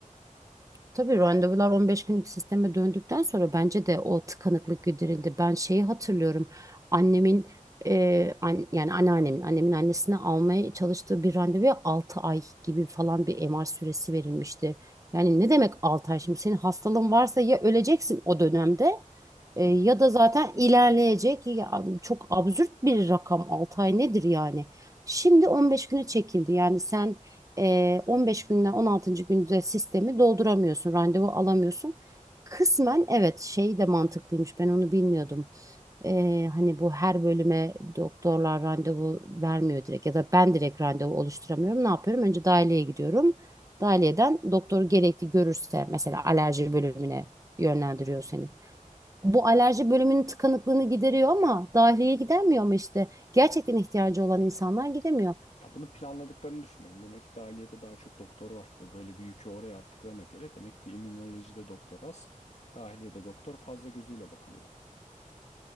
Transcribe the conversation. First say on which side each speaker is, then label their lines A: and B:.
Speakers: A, on the right; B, on the left.
A: Tabii randevular 15 günlük sisteme döndükten sonra bence de o tıkanıklık giderildi. Ben şeyi hatırlıyorum. Annemin e, an- yani anneannemin, annemin annesine almaya çalıştığı bir randevuya 6 ay gibi falan bir MR süresi verilmişti. Yani ne demek 6 ay şimdi? Senin hastalığın varsa ya öleceksin o dönemde e,
B: Tabii
A: ya
B: canım.
A: da zaten ilerleyecek. Ya, çok absürt bir rakam 6 ay nedir yani? Şimdi 15 güne çekildi. Yani sen e, 15 günden 16. günde sistemi dolduramıyorsun, randevu alamıyorsun. Kısmen evet şey de mantıklıymış ben onu bilmiyordum. E, hani bu her bölüme doktorlar randevu vermiyor direkt ya da ben direkt randevu oluşturamıyorum. Ne yapıyorum? Önce dahiliyeye gidiyorum. Dahiliyeden doktor gerekli görürse mesela alerji bölümüne yönlendiriyor seni. Bu alerji bölümünün tıkanıklığını gideriyor ama dahiliyeye gidermiyor ama işte gerçekten ihtiyacı olan insanlar gidemiyor.
B: Ya bunu planladıklarını düşünüyorum. Demek ki dahiliyede daha çok doktor var. Bu böyle bir yükü oraya attıklarına göre demek ki immünolojide doktor az, dahiliyede doktor fazla gözüyle bakılıyor.